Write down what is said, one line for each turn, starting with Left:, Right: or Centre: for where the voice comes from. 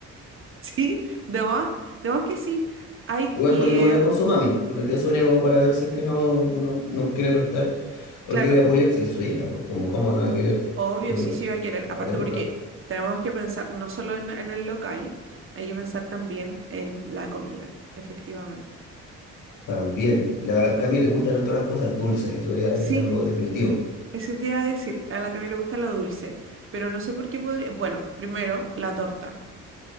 Right: Sí, de más, de más que sí. Hay
Left: Igual
Right: que,
Left: podríamos hablar con su mami, con la tía Sonia, como para ver si es que no, no- nos quiere prestar o
Right: claro,
Left: quiere apoyar. Si es su hija, pues, como cómo no va a querer
Right: obvio,
Left: poner
Right: sí,
Left: un
Right: sí va a querer. Aparte
Left: par de lucas.
Right: porque tenemos que pensar no solo en, en el local, hay que pensar también en la comida, efectivamente.
Left: También, la Cami le gustan harto las cosas dulces, eso ya
Right: Sí,
Left: es algo definitivo.
Right: Ese te iba a decir, a la Cami le gusta lo dulce, pero no sé por qué podría. Bueno, primero, la torta.